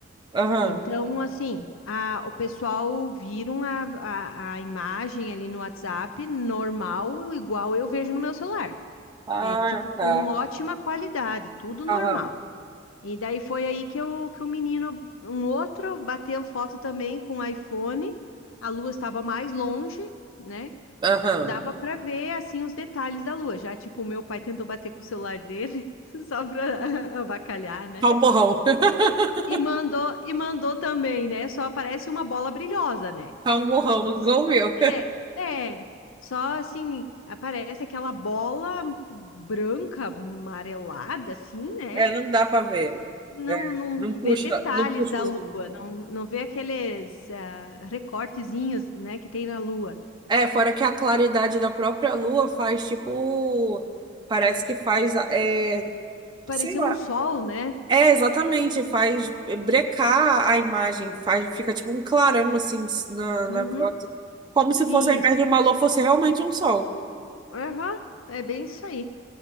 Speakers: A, on the right; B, on the left.
A: Aham.
B: Então, assim, a- o pessoal viram a, a, a imagem ali no WhatsApp, normal, igual eu vejo no meu celular.
A: Ah,
B: É, tipo, com
A: tá.
B: ótima qualidade, tudo normal.
A: Aham.
B: E daí foi aí que, eu, que o menino, um outro, bateu foto também com o iPhone, a lua estava mais longe, né?
A: Aham.
B: Dava pra ver, assim, os detalhes da lua. Já, tipo, o meu pai tentou bater com o celular dele, <laughs> só pra <laughs> avacalhar, né?
A: Tá um borrão. <laughs>
B: E mandou, e mandou também, né? Só aparece uma bola brilhosa, né?
A: Tá um borrão,
B: Tipo
A: igual
B: assim.
A: o meu.
B: É, é. Só assim, aparece aquela bola branca, amarelada, assim, né?
A: É, não dá para ver.
B: Não,
A: É,
B: não,
A: não
B: não
A: puxa,
B: vê detalhes
A: não puxa
B: da
A: o
B: lua,
A: zoom.
B: não, não vê aqueles ah, recortezinhos, né, que tem na lua.
A: É, fora que a claridade da própria lua faz tipo. Parece que faz. É,
B: Pareceu
A: sei lá.
B: um sol, né?
A: É, exatamente, faz eh, brecar a imagem, faz, fica tipo um clarão assim na,
B: Uhum.
A: na foto, como se fosse,
B: Isso.
A: ao invés de uma lua, fosse realmente um sol.
B: Aham, é bem isso aí.